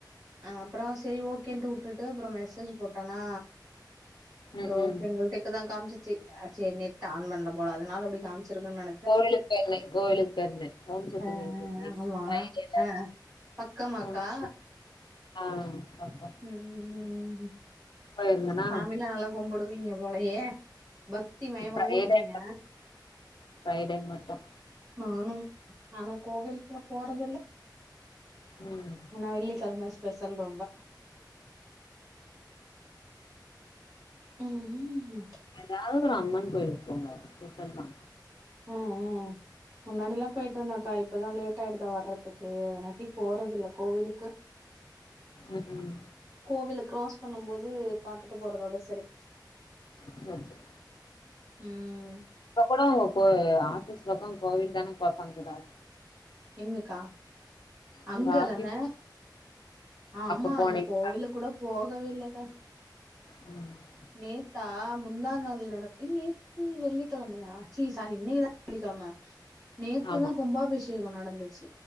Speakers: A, on the right; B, on the left.
A: ஆ அப்றோ சேரி ஓகேன்ட்டு விட்டுட்டு அப்ற மெசேஜ் போட்டனா
B: ம்
A: சோ
B: ம்
A: சிங்கிள் டிக்குதா காம்ச்சிச்சு ஆ சேரி நெட் ஆன் பண்ல போல அதனால அப்டி காமிச்சிருக்குன் நெனச்
B: கோவிலுக்கு போயிருந்தே கோவிலுக்கு போயிருந்தே ஓம் சத்தி
A: ஆ
B: கோயிலுக்கு போயிருந்தே
A: ஆமா
B: ஃப்ரைடேல
A: ஆ பக்கமாக்கா
B: ஓம் சக்தி ஆ அப்போ
A: ம் ம்
B: போயிருந்தனா
A: சாமிலா நல்லா கும்புடுவீங்க போலயே பக்தி மயமாவே
B: ஃப்ரைடே
A: இருப்பீங்க
B: மட் ஃப்ரைடே மட்டும்
A: நானும் இப் ஆனா கோவில் இல்ல போறதுல்ல
B: ம்
A: நா வெள்ளிக்கெழமை ஸ்பெஷல் ரொம்ப ம்
B: ஏதாவது ஒரு அம்மன் கோயிலுக்கு போங்க ஸ்பெஷல் தா
A: ம் ம் முன்னாடி எல்லா போய்ட்டு இருந்தேக்கா இப்பதா லேட் ஆயிடுதா வர்ரதுக்கு அதனாட்டி போறது இல்ல கோவிலுக்கு
B: ம் ம்
A: கோவில கிராஸ் பண்ணும் போது பாத்துட்டு போறதோட சரி
B: செரி செரி
A: உம்
B: இப்ப கூட உங்கோ ஆபீஸ் பக்கோ கோவில் தான ஒக்காந்து இருக்கே
A: இன்னைக்கா அங்க
B: உங்க ஆபீஸ்
A: தான ஆமா
B: அப்ப போனீங்களா
A: அந்த கோவில கூட போகவே இல்லக்கா
B: உம்
A: நேத்தா முந்தா நாள் நடந்து நேத்து வெள்ளிக்கெழமயா சீ சாரி இன்னைக்கு தா வெள்ளிக்கெழம நேத்துதா
B: ஆமா
A: கும்பாபிஷேகோ நடந்துச்சு